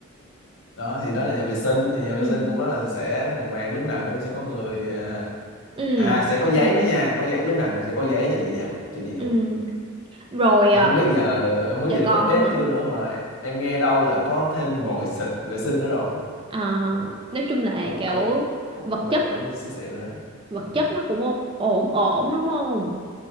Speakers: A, on the left; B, on the right.
A: đó thì đó là nhà vệ sinh thì nhà vệ
B: ừ
A: sinh cũng rất là sạch sẽ đàng hoàng lúc nào cũng sẽ có người à,
B: ừ
A: à sẽ có
B: ok
A: giấy nữa nha có giấy lúc nào cũng sẽ có giấy cho chị dùng cho chị dùng
B: ừ rồi
A: em
B: à,
A: không biết giờ em không biết
B: giờ
A: giờ nó
B: còn
A: có update
B: không ạ
A: chưa nữa mà em nghe đâu là có thêm vòi xịt vệ sinh nữa rồi
B: Ờ,
A: ừ
B: nói chung là
A: có
B: kiểu
A: có vẻ có,
B: vật
A: có vẻ
B: chất
A: cũng xịn xịn nữa đó
B: vật
A: ừ
B: chất nó cũng ô- ổn ổn đúng không?